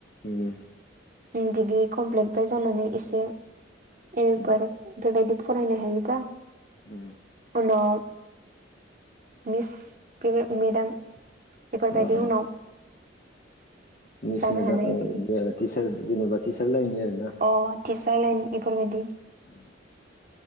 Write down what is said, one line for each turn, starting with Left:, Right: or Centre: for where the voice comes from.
Left: उम
Right: उम डिग्रि कमप्लिटफोर जानानै एसे एम ए
Left: ओ
Right: फोर बेफोरबायदि फरायनो हायोबा
Left: उम
Right: उनाव मिस बे मेदाम बेफोरबायदि
Left: ओ
Right: उनाव
Left: मिस
Right: जानो
Left: मिडियाम
Right: हानाय इदि
Left: बिदि आरो टिचार जेनेबा टिचार लाइनि आरो ना।
Right: अ टिचार लाइन इफोरबायदि
Left: उ